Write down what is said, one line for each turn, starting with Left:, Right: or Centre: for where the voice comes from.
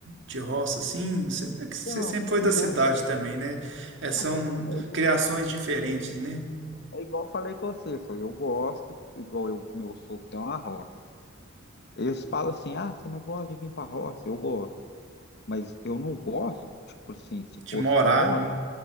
Right: de roça, assim? Você, é
Left: Então,
Right: que você sempre
Left: pô,
Right: foi da
Left: eu gosto.
Right: cidade também, né? É, são
Left: Não, mas é, igu-
Right: criações diferentes, né?
Left: é igual eu falei com você, só eu gosto, de- igual eu, meu sogro tem uma roça. Eles falam assim: ah, você não gosta de vir pra roça? Eu gosto. Mas eu não gosto, tipo assim, se
Right: De
Left: fosse
Right: morar,
Left: pra morar,
Right: né?